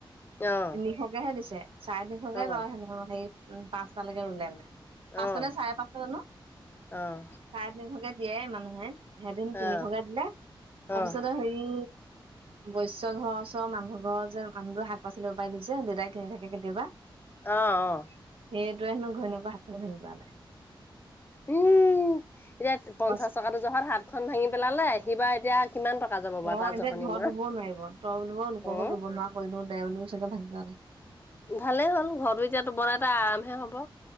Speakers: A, on the left; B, on the right.
A: অ',
B: তিনিশকেহে দিছে, চাৰে তিনিশকে
A: অ',
B: লয় হেনো সেই উম পাঁচটালৈকে ৰুলে মানে। পাঁচটা
A: অ',
B: নে চাৰে পাঁচটা জানো
A: অ',
B: চাৰে তিনিশকে দিয়ে মানুহে। সেদিন তিনিশকে
A: অ',
B: দিলে, তাৰপিছত
A: অ',
B: হেৰি বৈস্য ঘৰ ওচৰ মানুহ ঘৰ যে মানুহটোৰ শাক পাচলি ৰোপাই টো যে দেউতাই কিনি থাকে কেতিয়াবা।
A: অহ', অহ'।
B: সেইটোৱেন ঘৈণীয়েকৰ হাতখননে ভিন্ধি <unintelligible>
A: উম, এতিয়া পঞ্চাশ
B: কৈছে
A: টকাটো জহাত হাত খন ভাঙি পেলালে। সিবা এতিয়া কিমান টকা যাব বাৰু
B: অ,
A: তাৰ
B: এতিয়া
A: জহনি
B: ঘৰত
A: মৰা
B: ৰুবও নোৱাৰিব। তই বুলিব লোকৰ
A: অ'।
B: ঘৰত ৰুব নোৱাৰা কৰিনো দে বুলি চাগে ভাবাই
A: ভালেই হ'ল ঘৰটো এতিয়াতো বনাই ত' আৰামহে হব।